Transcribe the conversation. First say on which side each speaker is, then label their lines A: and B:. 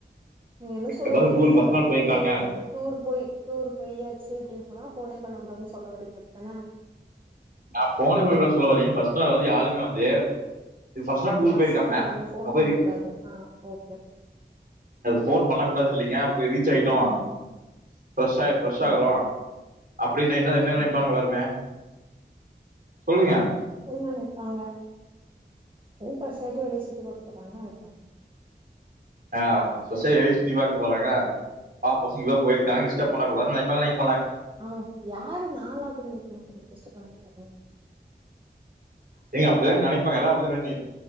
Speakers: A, on the right; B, on the right.
A: நீங்க என்ன சொல்ல
B: எப்போதும்
A: வறீங்க
B: டூர் ஃபர்ஸ்ட்
A: அதாவது
B: நாள் போயிருக்காங்க
A: இப்படி டூர் போய் டூர் போயாச்சு அப்டின்னு சொ போனா போன் பண்ண கூடாதுன்னு சொல்ல வரீங்க அப்படிதானே
B: நான் போனை பன்னகூடாது சொல்ல வரலங்க பர்ஸ்ட் நாள் வந்து யாருமே வந்து ஃபர்ஸ்ட் நாள் டூர்
A: ஃபஸ்ட்
B: போயிருக்காங்க
A: நாள் யாருமே போன்
B: நான் போய்
A: பண்ண கூடாது ஆ ஓகே
B: போன் பண்ண கூடாது இல்லைங்க போய் ரீச் ஆயிட்டோம் ஃப்ரெஷ்ஷாய் ஃப்ரெஷ்
A: ஆ
B: ஆகுறோம் அப்படின்ன என்ன என்ன
A: ஆ
B: நினைப்பாங்கா எல்லாருமே சொல்லுங்க
A: என்ன நினைப்பாங்க ஏதோ ஃப்ரஸாயிட்டு வெளிய சுத்தி பாக்க போறாங்கனு நினைப்பாங்க
B: ஆஹ் <unintelligible> வெளிய சுத்தி பாக்க போறாங்க பா பசங்க எங்கையோ போயிருக்காங்க டிஸ்டர்ப் பண்ண கூடாதுனு நினைப்பா
A: <unintelligible> உஹ
B: ஏங்க அப்டிதாங் நினைப்பாங்க எல்லா அப்டி நினைப்பி